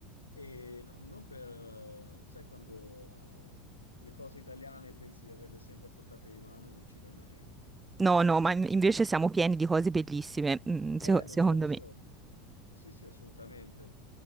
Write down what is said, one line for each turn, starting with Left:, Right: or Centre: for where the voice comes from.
Left: e no- non per, sai quando eh, le cose italiane pensi di averle sempre a portata di mano e non ci vai mai?
Right: No, no, ma in- invece siamo pieni di cose bellissime, mm, se-
Left: Eh, lo
Right: secondo
Left: so, lo so.
Right: me.
Left: Sì, sì, assolutamente.